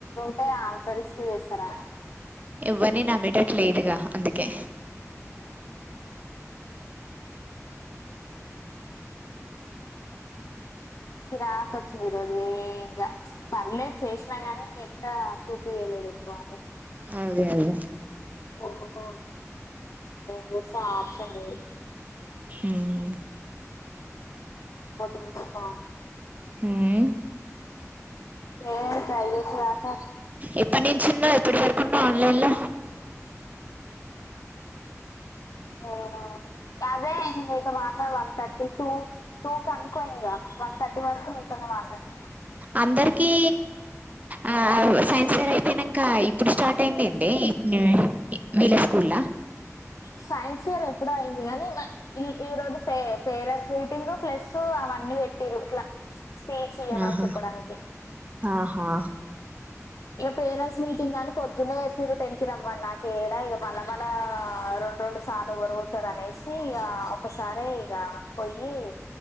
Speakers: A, on the left; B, on the right.
A: టే ఆంత రిస్క్ చేస్తారా
B: ఎవ్వరిని నమ్మేటట్ లేదుగా అందుకే
A: చీరాకొచ్చింది ఈరోజు అదే ఇంకా పర్లేదు చేసినాగానీ ఇక ఎంత చూపియలేదు ఎక్కువ
B: అదే అదే
A: ఓహో ఫోన్ చేసే ఆప్షన్ లేదు
B: ఉమ్
A: పొద్దున్నుంచి ఫోన్
B: హ్మ్
A: వేడ చాయి తీసుకురాక
B: ఎప్పటి నుంచిన్నా ఎప్పుటి వర ఉందా ఆన్లైన్ ల
A: నేను అదే ఇంక మీతో మాట్లాడి వన్ థర్టీ టూ నాకునుకో ఇంగా వన్ థర్టీ వరకు నీతోనే మాట్లా <inaudible>
B: అందరికీ ఆ సైన్స్ వర్ అయిపోయినాంక ఇప్పుడు స్టార్ట్ అయిందిండి <unintelligible> వీళ్ళ స్కూల్ లో
A: సైన్స్ ఫేర్ ఎప్పుడో అయింది గానీ నా ఈ ఈరోజు పే పేరస్ మీటింగ్ ప్లస్ అవన్నీ పెట్టిరు ఇట్లా ఫే చేయ్యమని
B: ఆహా
A: చెప్పడానికి
B: ఆహా
A: ఇగ పేరస్స్ మీటింగ్ అని పొద్దున్నే <inaudible> టెన్ కి రమ్ <unintelligible> వల వల మళ రెండు రెండు సార్ ఎవరు వొతారు అనేసి ఇగ ఒక్కసారే ఇగ పొయ్యి